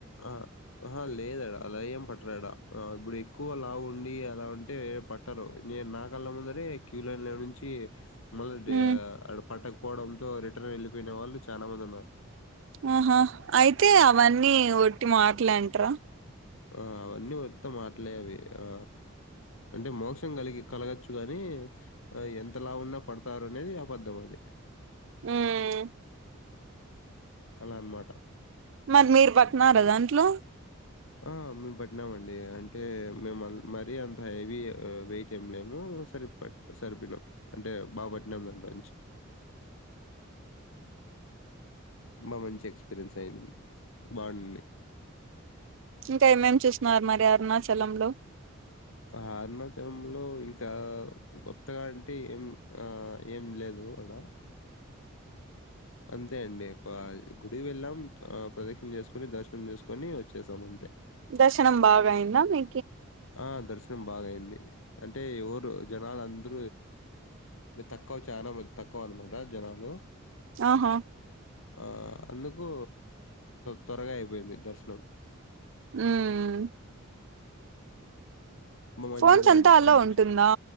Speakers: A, on the left; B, on the right.
A: ఆ అహ లేదాడ అలా ఏం పట్రాడా ఇబుడు ఎక్కువ లావుండి అలా ఉంటే పట్టరు నే నా కళ్ళ ముందరే క్యూ లైన్లో నుంచి మళ్ళ
B: ఉమ్
A: ఆడ పట్టకపోవడంతో రిటర్న్ వెళ్ళిపోయిన వాళ్ళు చానా మంది ఉన్నారు
B: ఆహా అయితే అవన్నీ ఒట్టి మాట్లెంటరా
A: ఆ అవన్నీ వుత్త మాట్లే అవి ఆ అంటే మోక్షం కలిగి కలగొచ్చు గాని ఎంత లావున్నా పడతారు అనేది అబద్ధం అది
B: మ్మ్
A: అలా అన్మాట
B: మరి మీరు పట్టినారా దాంట్లో
A: ఆ మేము పట్టినామండి అంటే మేము మరీ అంత హెవీ వెయిట్ ఏం లేము సరిపొయ్ సరిపొయినమ్ అంటే బా పట్టినాము దాంలోంచి బా మంచి ఎక్స్పీరియన్స్ అయింది బావునింది
B: ఇంకా ఏమేమి చూస్నారు మరి అరుణాచలంలో
A: అరుణాచలంలో ఇంకా కొత్తగా అంటే ఏం ఆ ఏం లేదు గు అడ అంతే అండి ఎక్కువ గుడి వెళ్ళాం ఆ ప్రదక్షిణ చేసుకొని దర్శనం చేసుకొని వచ్చేసాం అంతే
B: దర్శనం బాగ అయిందా మీ
A: ఆ దర్శనం బాగైంది అంటే ఎవరు జనాలంద్ తక్కువ చానామంద్ తకువ్ అన్మాట జనాలు
B: ఆహా
A: ఆ అందుకు త్వరగా అయిపోయింది దర్శనం
B: మ్మ్
A: మ మంచిగా
B: ఫోన్స్ అంతా
A: అన్
B: అలో
A: అనిపిచ్చి
B: ఉంటుందా